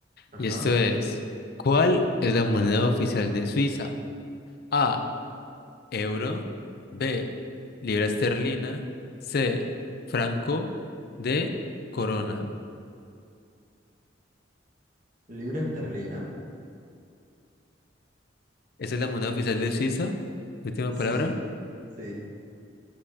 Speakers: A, on the right; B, on the left.
A: Ajá.
B: Y esto es, ¿cuál es la moneda oficial de Suiza? A, euro, B, libra esterlina, C, franco, D, corona.
A: Libra esterlina.
B: ¿Esa es la moneda oficial de Suiza? Última
A: Sí,
B: palabra.
A: sí.